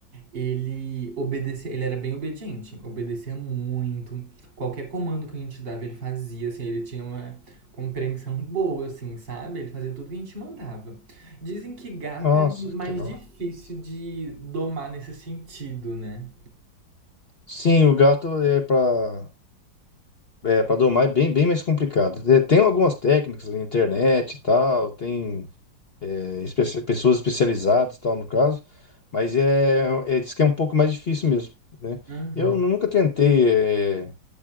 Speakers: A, on the right; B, on the left.
A: Ele obedecia, ele era bem obediente, obedecia muito. Qualquer comando que a gente dava, ele fazia, assim, ele tinha uma compreensão <laughs> boa, assim, sabe? Ele fazia tudo que a gente mandava. Dizem que gato
B: Nossa,
A: é mais
B: que legal.
A: difícil de domar nesse sentido, né?
B: Sim, o gato é pra. É, para domar é bem, bem mais complicado. Te- Tem algumas técnicas na internet e tal, tem é, espe- pessoas especializadas e tal no caso, mas é, é, diz que é um pouco mais difícil mesmo, né?
A: Aham.
B: Eu nunca tentei é,